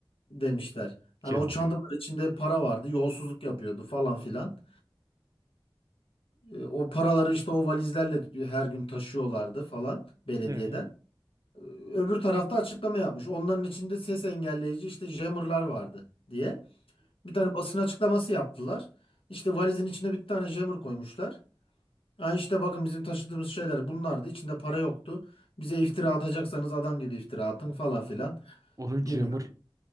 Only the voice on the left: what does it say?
demişler. Hani
o çantalar içinde para vardı, yolsuzluk yapıyordu falan filan. E, O paraları işte o valizlerle her gün taşıyorlardı falan belediyeden.
E, Öbür tarafta açıklama yapmış. Onların içinde ses engelleyici işte jammerlar vardı diye. Bir tane basın açıklaması yaptılar. İşte valizin içine bir tane jammer koymuşlar. Yani işte bakın bizim taşıdığımız şeyler bunlardı. İçinde para yoktu. Bize iftira atacaksanız adam gibi iftira atın falan filan.
Bilmem.